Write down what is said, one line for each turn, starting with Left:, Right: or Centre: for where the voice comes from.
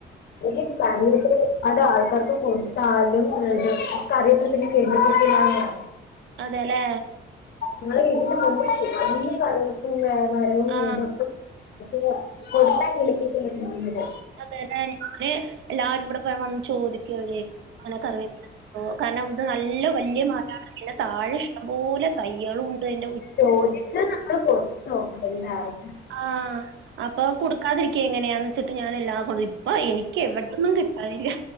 Left: ഈ കരണ്ട് പോ അത് ആൾക്കാർക്ക് കൊടുത്താലും ഇത് കറി വേപ്പില <unintelligible>
Right: അതെല്ലേ
Left: ങ്ങളെ വീട്ടില് നമ്മള് ചെറി വല്യ കറിവേപ്പും മരവും
Right: ആ
Left: ഇതൊക്കും പക്ഷെ കൊടുത്താ കിള്ക്കത്തില്ല പിന്നീട്
Right: അതെലേ ഞാന് എല്ലാരും ഇവിടെ വന്ന് ചോദിക്കും അവര് ഇങ്ങനെ കറിവേപ്പില ആഹ് കാരണം ഇത് നല്ല വലിയ മരാണ് പിന്നെ താഴെ ഇഷ്ടം പോലെ തൈകളും ഉണ്ട് എന്റെ
Left: ചോദിച്ചാ നമ്മള് കൊടുത്ത് പോകും എല്ലാർക്കും
Right: ആഹ് അപ്പൊ കൊടുക്കാതിരിക്കെ എങ്ങനാന്ന് വെച്ചിട്ട് ഞാൻ എല്ലാം കൊടും ഇപ്പൊ എനിക്ക് എവിട്ന്നും കിട്ടാനില്ല